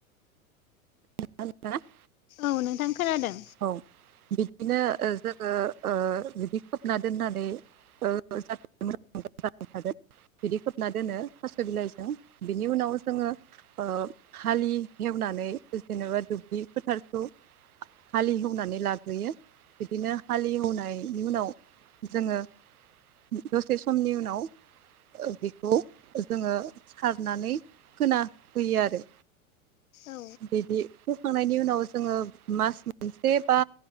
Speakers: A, on the right; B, on the left.
A: हेला <unintelligible>
B: औ नोंथां खोनादों
A: औ बिदिनो ओ जोङो ओ बिदि खोबना दोननानै जाथे मोजां मोजां जाबाय थागोन बिदि खोबना दोनो थास' बिलाइजों बिनि उनाव जोङो ओ हालि एवनानै जेनेबा दुब्लि फोथारखौ हालि एवनानै लाग्रोयो बिदिनो हालि एवनायनि उनाव जोङो दसे समनि उनाव बेखौ जोङो सारनानै होना होयो आरो
B: औ
A: बिदि फोखांनायनि उनाव जोङो मास मोनसे बा